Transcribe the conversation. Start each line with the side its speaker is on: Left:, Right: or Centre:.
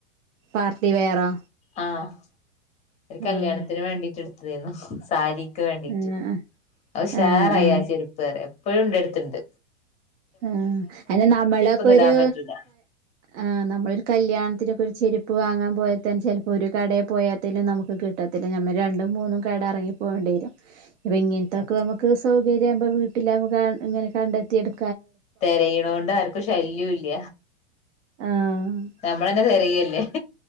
Right: പാർട്ടി വെയറോ
Left: ആഹ് ഒരു കല്യാണത്തിന്
Right: ആഹ്
Left: വേണ്ടിട്ട് എടുത്തതായിരുന്നു സാരി. ക് വേണ്ടീറ്റ്
Right: ആഹ്
Left: അത്ഉഷാറയി
Right: ആഹ് ആഹ്
Left: ആ ചെരുപ്പ്റിയും ഇപ്പെയും ഇന്റെ ടുത്തുണ്ട്.
Right: ആ അല്ലാ നമ്മളൊക്കെ
Left: ഇടാൻ
Right: ഒരു
Left: പറ്റൂല
Right: ആ നമ്മളൊരു കല്യാണത്തിനൊക്കെ ഒരു. ചെരുപ്പ് വാങ്ങാൻ പോയെ തന്നെ ചെലപ്പോൾ ഒരു കടയെ പോയാതന്നെ നമുക്ക് കിട്ടത്തില്ല ഞമ്മൾ രണ്ടു മൂന്നും കട എറങ്ങി.. പോവേണ്ടി വരും ഇപ്പ ഇങ്ങനത്തെൊക്കെനമുക്ക്
Left: അതെ
Right: സൗകര്യവുമ്പോ വീട്ടിൽ ഇങ്ങനെ കണ്ടെത്തി എടു.
Left: തെരയണൊണ്ട് ആർക്കും ശല്യം ഇല്ല
Right: ആഹ്
Left: നമ്മള തന്നെ തെരയല്ല. ല്ലേ